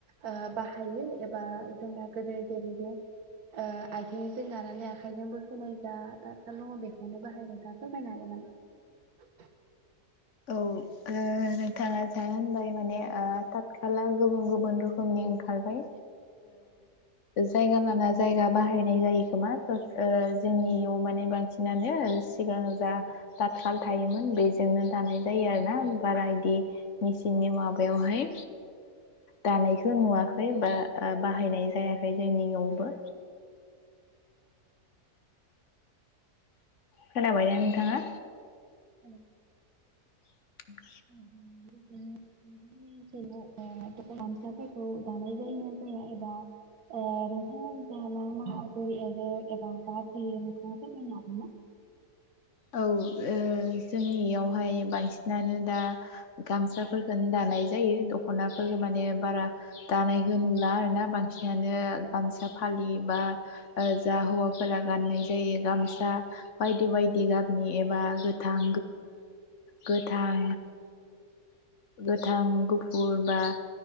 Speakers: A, on the right; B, on the left.
A: ओ बाहायो एबा जोंना गोदो जेरैनो ओ आथिंजों गानानै आखाइजों बोखोनाय जा थाथखाल दङ बेखौनो बाहायदों नोंथाङा बेखौ फोरमायनो हागोन नामा?
B: औ नोंथाङा ओ जा होनबाय माने थात खाला गुबुन गुबुन रोखोमनि ओंखारबाय जायगा लाना जायगा बाहायनाय जायो खोमा जोंनियाव माने बांसिनानो सिगां जा दाथखाल थायोमोन बेजोंनो दानाय जायो आरो ना बारा बिदि मेचिननि माबायावहाय दानायखौ नुवाखै बा बाहायनाय जायाखै जोंनियावबो खोनाबायना नोंथाङा
A: औ
B: <inaudible>
A: नोंथांनि ओनसोलाव गामसाफोरखौ दानाय जायो ना जाया एबा नोंथांया जा मा मा आगर एरो एबा बा फैयो नोंथाङा फोरमायनो हागोन ना?
B: औ जोंनियावहाय बांसिनानो दा गामसाफोरखौनो दानाय जायो दख'नाफोरफोरखौ माने बारा दानायखौ नुला आरोना बांसिन नानोनो
A: औ
B: गामसा फालि बा जा हौवाफोरा गाननाय जायो गामसा बायदि बायदि बायदि गाबनि एबा गोथां गोथां गोथां गुफुर बा